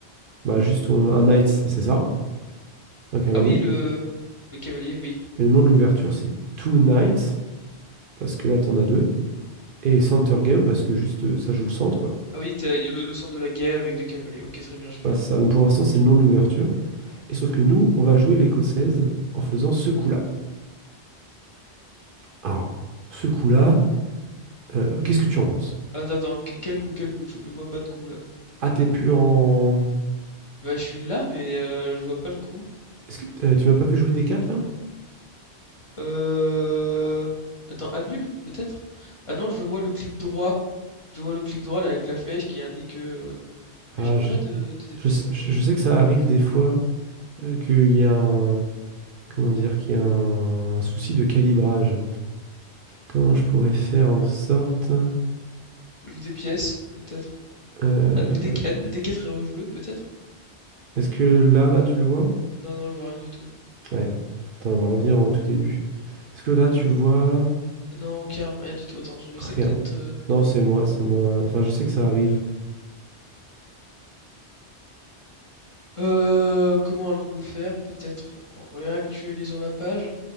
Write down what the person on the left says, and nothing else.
Ah oui, le, le cavalier, oui.
Ah oui, t'as- y a le, le centre de la guerre avec deux cavaliers. Ok, très bien, je l'ai.
Attends, attends, que- quel coup, quel coup? Je, je vois pas de coup là.
Bah, je suis là, mais euh, je vois pas le coup.
Euh... Attends, annule, peut-être? Ah non, je vois le clic droit. Je vois le clic droit là avec la flèche qui indique euh,
Mais je vois
pas de, de déplacement.
Joue des pièces, peut-être.
Annule des, annule des 4 et rejoue-le, peut-être?
Non, non, je vois rien du tout.
Non, aucun, rien du tout. Attends, je vais
essayer peut-être. euh,
Euh, comment allons-nous faire? Peut-être en réactualisant la page.